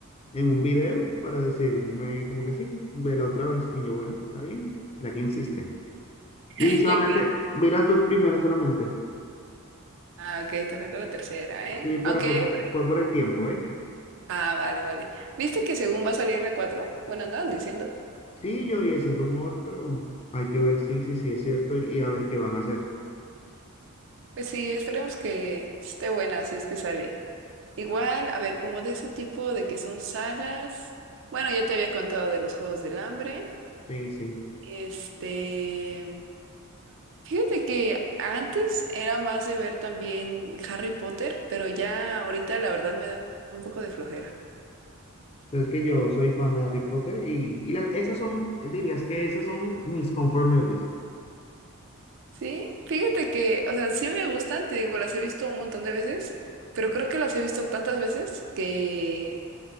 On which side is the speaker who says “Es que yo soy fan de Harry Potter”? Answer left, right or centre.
Left